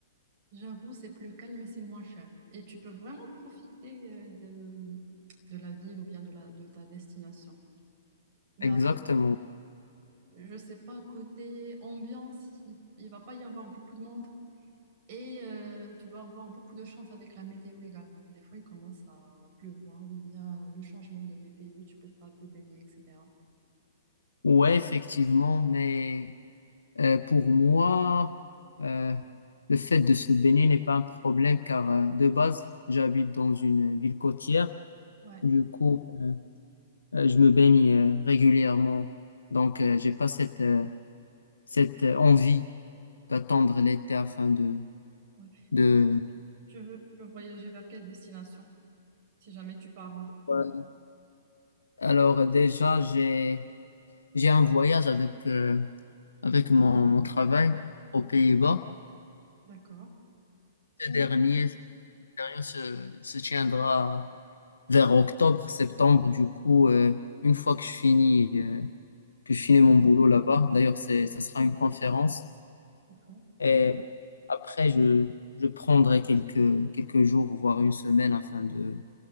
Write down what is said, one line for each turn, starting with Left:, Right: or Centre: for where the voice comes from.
Right: J'avoue, c'est plus calme, c'est moins cher. Et tu peux vraiment profiter euh, de, de la ville ou bien de, la, de ta destination. Mais
Left: Exactement.
Right: ap- je sais pas, côté ambiance, il, il va pas y avoir beaucoup de monde. Et euh, tu dois avoir beaucoup de chance avec la météo également. Des fois, il commence à pleuvoir ou bien le changement de météo, tu peux pas te baigner, etc.
Left: Ouais, effectivement, mais Euh, pour moi, euh, le fait de se baigner n'est pas un problème car euh, de base, j'habite dans une ville côtière.
Right: Ouais.
Left: Du coup, euh, euh, je me baigne euh, régulièrement. Donc, euh, j'ai pas cette, euh, cette euh, envie d'attendre l'été afin de,
Right: ouais.
Left: de...
Right: Et du Tu veux, tu veux voyager vers quelle destination? Si jamais tu pars en Thaïlande.
Left: Ouais. Alors, euh, déjà, j'ai, j'ai un voyage avec, euh, avec mon, mon travail aux Pays-Bas.
Right: D'accord.
Left: Ce
Right: Ou
Left: dernier, ce dernier se, se tiendra vers octobre, septembre. Du coup, euh, une fois que je finis, euh, que je finis mon boulot là-bas, d'ailleurs, c'est, ça sera une conférence.
Right: d'accord.
Left: Et après, je, je prendrai quelques, quelques jours, voire une semaine, afin de,